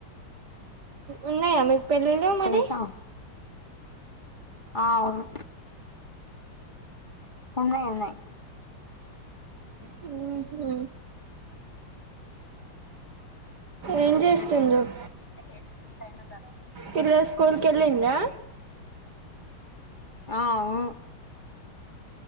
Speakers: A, on the right; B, on the left.
A: ఉన్నాయ మి పెళ్ళిళ్ళు మరి
B: తెలుసా ఆ అవును ఉన్నాయి ఉన్నాయి
A: హుమ్ హు ఏం చేస్తుండవ్
B: ఇంకా డేట్ ఫిక్స్ కాలే డేట్ ఫిక్స్ అయిన తర్వాత
A: పిల్లల్ స్కూల్ కెల్లిందా
B: ఆ అవును